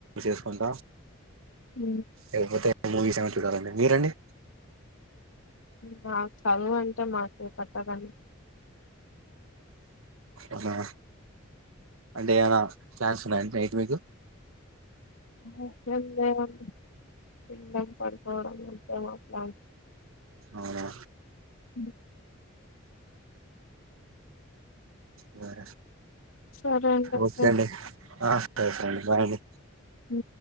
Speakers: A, on the right; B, on the left.
A: చేసుకుంటా
B: అ
A: లేకపోతే మూవీస్ ఏమనా చూడాలండి మీరండి
B: మాకు చదువు అంటే మాకు పట్టదండి
A: అ హ అంటే ఏమనా ప్లాన్స్ ఉన్నాయండి నైట్ మీకు
B: అమ్మో ఏం లేవండి తినడం పడుకోవడం అంతే మా ప్లాన్
A: అవునా
B: హ
A: బర
B: సరే అండి అయితే
A: ఓకే అండి సర సే అండి బాయ్ అండి
B: ఉ